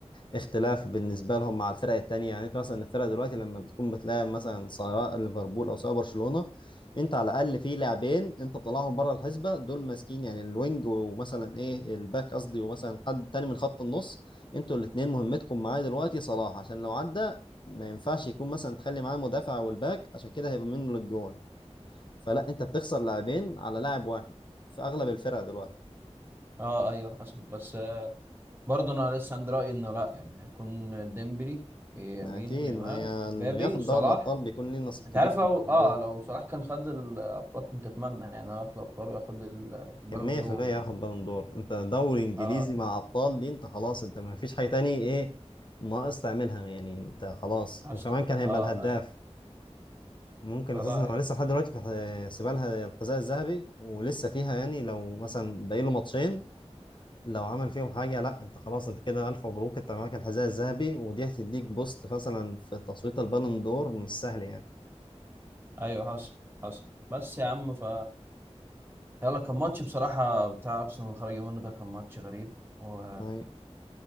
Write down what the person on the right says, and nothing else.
اه ايوه حصل بس آه، برضو انا لسه عندي رأيي انه لا يعني يكون ديمبلي يمين
يامال
مبابي
صلاح
انت
عارف لو
اه
لو صلاح كان خد الابطال كنت اتمنى يعني هو ياخد الابطال وياخد ال- البالون
دور يعني
اه
حصل
اه
ايوه
فلا
يعني
ايوه حصل حصل بس يا عم ف يلا كان ماتش بصراحة بتاع ارسنال اللي خرج منه ده كان ماتش غريب و...